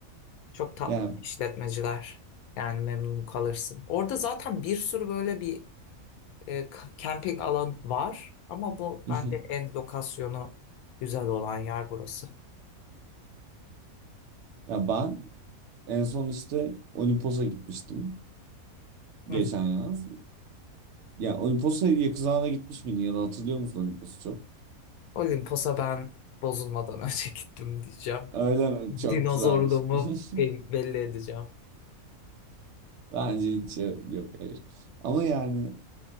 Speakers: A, on the left; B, on the right.
A: Çok tatlı
B: Yani
A: işletmeciler. Yani memnun kalırsın. Orada zaten bir sürü böyle bir E, k- Camping alan var ama bu
B: Hı.
A: bence en lokasyonu güzel olan yer burası.
B: Ya ben en son işte Olimpos'a gitmiştim
A: Hı
B: geçen
A: hı.
B: yaz. Ya Olimpos'a Yakuza'na gitmiş miydin ya da hatırlıyor musun Olimpos'u çok?
A: Olimpos'a ben bozulmadan <laughs> önce gittim diyeceğim.
B: Öyle
A: Evet.
B: mi? Çok
A: Dinozorluğumu
B: güzelmiş. <laughs>
A: bel- belli edeceğim.
B: Bence hiç yok hayır. Ama yani